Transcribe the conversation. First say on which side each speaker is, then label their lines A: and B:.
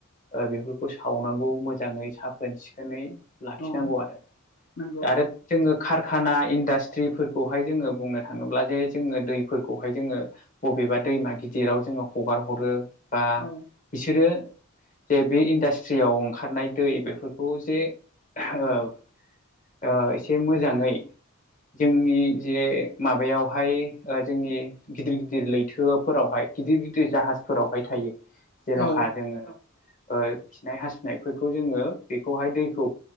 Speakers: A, on the left; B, on the left.
A: ओ बेफोरखौ सावनांगौ मोजाङै साखोन सिखोनै लाखिनांगौ
B: औ
A: आरो आरो।
B: नंगौ
A: आरो जोङो कारखाना इन्डास्ट्रिफोरखौहाय जोङो बुंनो थाङोब्ला जे जोङो दैफोरखौहाय जोङो बबेबा दैमा गिदिराव जोङो हगार हरो बा
B: औ
A: बिसोरो जे बे इनदास थ्रियाव ओंखारनाय दै बेफोरखौ जे ओहब ओ एसे मोजाङै जोंनि जे माबायावहाय ओ जोंनि गिदिर गिदिर लैथोफोरावहाय गिदिर गिदिर जाहाजफोरावहाय थायो जेन'खा
B: औ
A: जोङो ओ खिनाय हासुनायफोरखौ जोङो बेखौहाय दैखौ